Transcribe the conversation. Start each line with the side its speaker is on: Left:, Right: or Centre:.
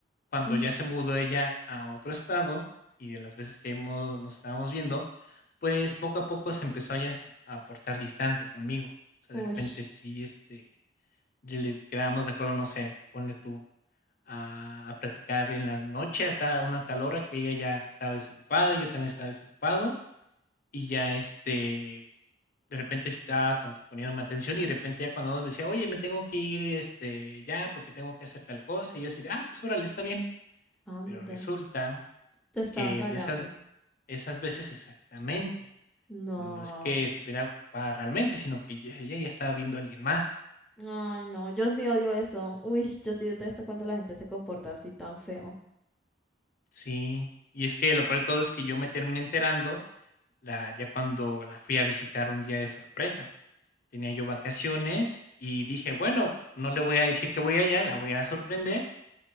Left: cuando
Centre: Ujú.
Left: ya se mudó ella a otro estado, y de las veces que hemos nos estábamos viendo, pues poco a poco se empezó ya a portar distante conmigo. O sea,
Centre: Uy,
Left: de repente sí, este, le le quedábamos de acuerdo, no sé, ponle tú a a platicar en la noche a ta una tal hora que ella ya estaba desocupada, yo también estaba desocupado, y ya, este, de repente estaba tanto poniéndome atención y de repente ya cuando me decía: "Oye, me tengo que ir, este, ya porque tengo que hacer tal cosa", y yo decía "Ah, pues órale, está bien".
Centre: anda.
Left: Pero resulta
Centre: Te estaba
Left: que
Centre: engañando.
Left: de esas esas veces exactamente,
Centre: No.
Left: no es que estuviera ocupada realmente, sino que ya ella ya estaba viendo a alguien más.
Centre: Ay, no, yo sí odio eso. Uy, yo sí detesto cuando la gente se comporta así tan feo.
Left: Sí, y es que lo peor de todo es que yo me terminé enterando La ya cuando la fui a visitar un día de sorpresa. Tenía yo vacaciones y dije: "Bueno, no le voy a decir que voy allá, la voy a sorprender